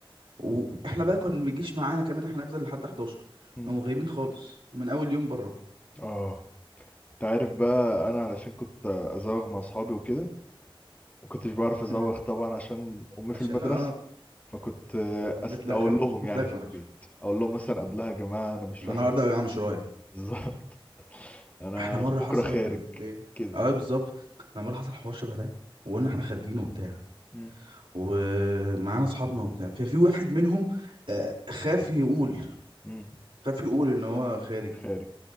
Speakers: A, on the right; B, on the left.
A: واحنا بقى كان ما بيجيش معانا كمان احنا نفضل لحد 11
B: مم.
A: هم غايبين خالص ومن اول يوم بره
B: آه أنت عارف بقى أنا علشان كنت أزوغ مع أصحابي وكده مكنتش بعرف أزوغ
A: مم.
B: طبعا عشان أمي
A: عشان
B: في المدرسة
A: اه
B: فكنت أست...
A: متلغم
B: أقول لهم
A: متلغم
B: يعني في البيت أقول لهم مثلا قبلها يا جماعة أنا مش
A: النهارده
B: رايح المدرسة
A: يا عم مش رايح
B: بالظبط <laughs> أنا
A: احنا مره
B: بكرة
A: حصل
B: خارج
A: ايه
B: كده
A: اه بالظبط احنا مره حصل حوار شبه ده وقلنا احنا خارجين وبتاع
B: مم.
A: ومعانا اصحابنا وبتاع ففي واحد منهم آه، خاف يقول
B: مم.
A: خاف يقول ان هو خارج
B: خارج